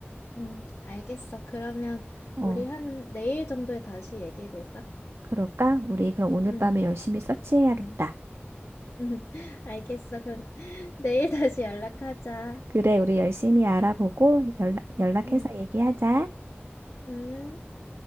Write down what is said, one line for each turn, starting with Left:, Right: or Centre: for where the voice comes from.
Left: 응, 알겠어. 그러면
Right: 어,
Left: 우리 한 내일 정도에 다시 얘기해볼까?
Right: 그럴까? 우리 그럼 오늘
Left: 응,
Right: 밤에 열심히 서치해야겠다.
Left: 응, 응, <laughs> 알겠어. 그럼 <laughs> 내일 다시 연락하자.
Right: 그래, 우리 열심히 알아보고 연락, 연락해서
Left: 응,
Right: 얘기하자.
Left: 응.